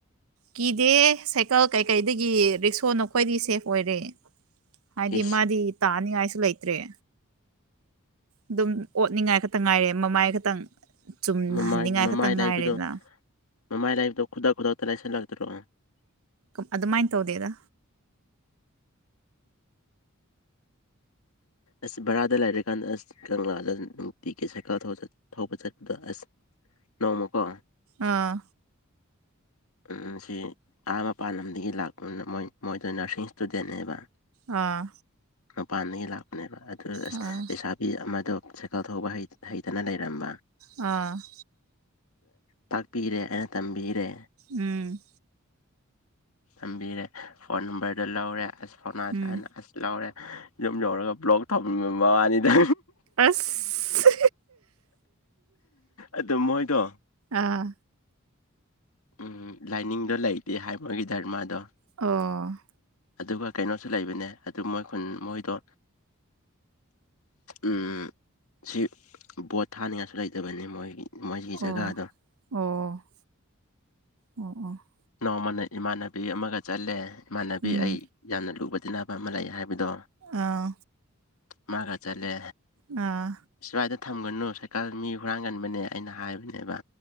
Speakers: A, on the right; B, on the left.
A: ꯀꯤꯗꯦ ꯁꯥꯏꯀꯜ ꯀꯩꯀꯩꯗꯒꯤ ꯔꯤꯛꯁꯣ ꯅꯈ꯭ꯋꯥꯗꯤ ꯁꯦꯐ ꯑꯣꯏꯔꯦ ꯍꯥꯏꯗꯤ
B: ꯏꯁ
A: ꯃꯥꯗꯤ ꯇꯥꯅꯤꯉꯥꯏꯁꯨ ꯂꯩꯇ꯭ꯔꯦ ꯑꯗꯨꯝ ꯑꯣꯠꯅꯤꯡꯉꯥꯏ ꯈꯛꯇ ꯉꯥꯏꯔꯦ ꯃꯃꯥꯏ ꯈꯛꯇꯪ ꯆꯨꯝꯍꯟꯅꯤꯡꯉꯥꯏ
B: ꯃꯃꯥꯏ ꯃꯃꯥꯏ
A: ꯈꯛꯇꯪ
B: ꯂꯥꯏꯕꯗꯣ
A: ꯉꯥꯏꯔꯦꯗꯅ
B: ꯃꯃꯥꯏ ꯂꯥꯏꯕꯇꯣ ꯈꯨꯗꯛ ꯈꯨꯗꯛꯇ ꯂꯥꯏꯁꯤꯜꯂꯛꯇ꯭ꯔꯣ
A: ꯑꯗꯨꯃꯥꯏꯅ ꯇꯧꯗꯦꯗ
B: ꯑꯁ ꯕꯔꯥꯗ ꯂꯩꯥꯏꯔꯀꯥꯟꯗ ꯑꯁ ꯀꯪꯂꯥꯗ ꯅꯨꯡꯇꯤꯒꯤ ꯁꯥꯏꯀꯜ ꯊꯧꯕ ꯆꯠꯄꯗ ꯑꯁ ꯅꯣꯡꯃꯀꯣ
A: ꯑꯥ
B: ꯎꯝ ꯁꯤ ꯑꯍꯥ ꯃꯄꯥꯟ ꯂꯝꯗꯒꯤ ꯂꯥꯛꯄ ꯃꯣꯏ ꯃꯣꯏꯗꯣ ꯅꯔꯁꯤꯡ ꯏꯁꯇꯨꯗꯦꯟꯅꯦꯕ
A: ꯑꯥ
B: ꯃꯄꯥꯟꯗꯒꯤ ꯂꯥꯛꯄꯅꯦꯕ ꯑꯗꯨ ꯑꯁ
A: ꯑꯥ
B: ꯄꯩꯁꯥ ꯃꯤ ꯑꯃꯗꯣ ꯁꯥꯏꯀꯜ ꯊꯧꯕ ꯍꯩ ꯍꯩꯇꯅ ꯂꯩꯔꯝꯕ
A: ꯑꯝ
B: ꯇꯥꯛꯄꯤꯔꯦ ꯑꯩꯅꯥ ꯇꯝꯕꯤꯔꯦ
A: ꯎꯝ
B: ꯊꯝꯕꯤꯔꯦ ꯐꯣꯟ ꯅꯝꯕꯔꯗꯣ ꯂꯧꯔꯦ ꯑꯁ ꯐꯥꯎꯅꯥꯁꯦ
A: ꯎꯝ
B: ꯍꯥꯏꯅ ꯑꯁ ꯂꯧꯔꯦ ꯌꯨꯝ ꯌꯧꯔꯒ ꯕ꯭ꯂꯣꯛ ꯊꯝꯂꯝꯕ ꯋꯥꯅꯦꯗ
A: ꯑꯁ
B: ꯑꯗꯨ ꯃꯣꯏꯗꯣ
A: ꯑꯥ
B: ꯎꯝ ꯂꯥꯏꯅꯤꯡꯗꯣ ꯂꯩꯇꯦ ꯍꯥꯏꯕꯒꯤ ꯃꯣꯏꯒꯤ ꯙꯔꯃꯗꯣ
A: ꯑꯣ
B: ꯑꯗꯨꯒ ꯀꯩꯅꯣꯁꯨ ꯂꯩꯕꯅꯦ ꯑꯗꯨ ꯃꯣꯏ ꯈꯨꯟ ꯃꯣꯏꯗꯣ ꯑꯝ ꯁꯤ ꯕꯣꯠ ꯊꯥꯅꯤꯡꯉꯥꯏꯁꯨ ꯂꯩꯇꯕꯅꯤ ꯃꯣꯏꯒꯤ ꯃꯣꯏꯒꯤ
A: ꯑꯣ
B: ꯖꯒꯥꯗꯣ
A: ꯑꯣ ꯑꯣ ꯑꯣ
B: ꯅꯣꯡꯃꯅ ꯏꯃꯥꯟꯅꯕꯤ ꯑꯃꯒ ꯆꯠꯂꯦ ꯏꯃꯥꯟꯅꯕꯤ
A: ꯎꯝ
B: ꯑꯩ ꯌꯥꯝꯅ ꯂꯨꯕ ꯇꯤꯅꯕ ꯑꯃ ꯂꯩ ꯍꯥꯏꯕ ꯕꯗꯣ
A: ꯑꯥ
B: ꯃꯥꯒ ꯆꯠꯂꯦ
A: ꯑꯥ
B: ꯁꯋꯥꯏꯗ ꯊꯝꯒꯅꯨ ꯁꯥꯏꯀꯜ ꯃꯤ ꯍꯨꯔꯥꯟꯒꯟꯕꯅꯦ ꯑꯩꯅ ꯍꯥꯏꯕꯅꯦꯕ